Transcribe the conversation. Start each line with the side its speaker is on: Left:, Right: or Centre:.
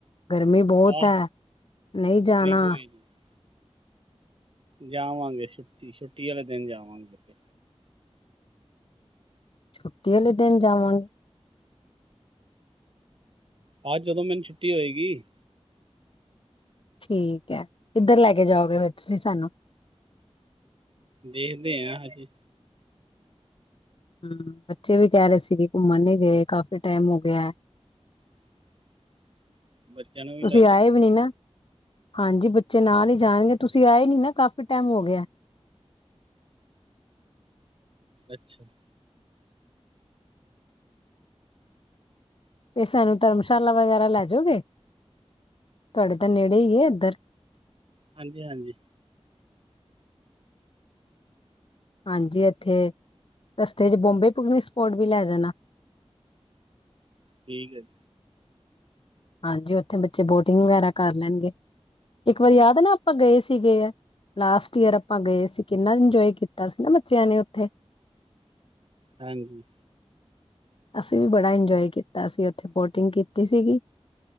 Left: ਗਰਮੀ ਬਹੁਤ
Right: ਆਹ
Left: ਆ, ਨਹੀਂ ਜਾਣਾ।
Right: ਕੋਈ ਨੀ ਜਾਵਾਂਗੇ ਛੁੱਟੀ-ਛੁੱਟੀ ਆਲੇ ਦਿਨ ਜਾਵਾਂਗੇ ਤੇ।
Left: ਛੁੱਟੀ ਆਲੇ ਦਿਨ ਜਾਵਾਂਗੇ।
Right: ਆਹ ਜਦੋਂ ਮੈਨੂੰ ਛੁੱਟੀ ਹੋਏਗੀ।
Left: ਠੀਕ ਐ। ਕਿੱਧਰ ਲੈ ਕੇ ਜਾਓਗੇ ਫਿਰ ਤੁਸੀਂ ਸਾਨੂੰ।
Right: ਦੇਖਦੇ ਆ ਹਜੇ।
Left: ਹਮ ਬੱਚੇ ਵੀ ਕਹਿ ਰਹੇ ਸੀਗੇ। ਘੁੰਮਣ ਨੀ ਗਏ, ਕਾਫੀ ਟਾਈਮ ਹੋ ਗਿਆ।
Right: <inaudible> ਨੂੰ ਵੀ
Left: ਤੁਸੀਂ
Right: ਲੈ ਜਾਓ
Left: ਆਏ ਵੀ ਨੀ ਨਾ। ਹਾਂਜੀ, ਬੱਚੇ ਨਾਲ ਈ ਜਾਣਗੇ। ਤੁਸੀਂ ਆਏ ਨੀ ਨਾ, ਕਾਫ਼ੀ ਟਾਈਮ ਹੋ ਗਿਆ।
Right: ਅੱਛਾ।
Left: ਇਹ ਸਾਨੂੰ ਧਰਮਸ਼ਾਲਾ ਵਗੈਰਾ ਲੈ ਜਾਓਗੇ, ਤੁਹਾਡੇ ਤਾਂ ਨੇੜੇ ਈ ਐ ਇੱਧਰ
Right: ਹਾਂਜੀ, ਹਾਂਜੀ
Left: ਹਾਂਜੀ ਇੱਥੇ ਰਸਤੇ ਚ ਬੋਂਬੇ ਪਿਕਨਿਕ ਸਪੋਟ ਵੀ ਲੈ ਜਾਣਾ।
Right: ਠੀਕ ਐ ਜੀ।
Left: ਹਾਂਜੀ ਉੱਥੇ ਬੱਚੇ ਬੋਟਿੰਗ ਵਗੈਰਾ ਕਰ ਲੈਣਗੇ, ਇੱਕ ਵਾਰੀ ਯਾਦ ਨਾ ਆਪਾਂ ਗਏ ਸੀਗੇ ਆ ਲਾਸਟ ਈਅਰ ਆਪਾਂ ਗਏ ਸੀ ਕਿੰਨਾ ਇੰਜੋਏ ਕੀਤਾ ਸੀ ਨਾ ਬੱਚਿਆਂ ਨੇ ਉੱਥੇ
Right: ਹਾਂਜੀ
Left: ਅਸੀਂ ਵੀ ਬੜਾ ਇੰਜੋਏ ਕੀਤਾ ਸੀ ਉੱਥੇ ਬੋਟਿੰਗ ਕੀਤੀ ਸੀਗੀ